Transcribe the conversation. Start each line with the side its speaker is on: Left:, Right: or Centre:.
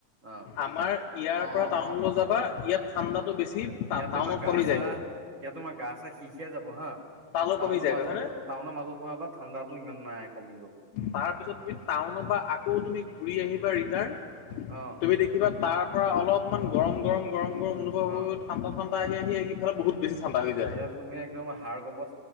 Right: অ
Left: আমাৰ ইয়াৰ
Right: অ
Left: পৰা
Right: অ
Left: টাউনলৈ
Right: অ
Left: যাবা ইয়াত ঠাণ্ডাতটো বেছি
Right: ইয়াত
Left: টাউনত
Right: তোমাৰ গা
Left: কমি
Right: চা
Left: যায়গৈ।
Right: ইয়াত তোমাৰ গা চা সি সিয়াই যাব হা।
Left: তালৈ
Right: টাউনৰ
Left: কমি যায়গৈ
Right: মাজত
Left: হয়নে
Right: টাউনৰ মাজত সোমাবা বা ঠাণ্ডাতো ইমান নাই কমি গ'ল।
Left: তাৰ পিছত তুমি টাউন পৰা আকৌ তুমি ঘূৰি আহিবা ৰিটাৰ্ণ
Right: অ
Left: তুমি দেখি কিবা তাৰ পৰা অলপমান গৰম গৰম গৰম গৰম অনুভৱ
Right: অ
Left: হয় ঠাণ্ডা ঠাণ্ডা আহি আহি এইফালে বহুত বেছি ঠাণ্ডা হৈ যায়।
Right: ইয়াত তুমি একদম হাড় কবত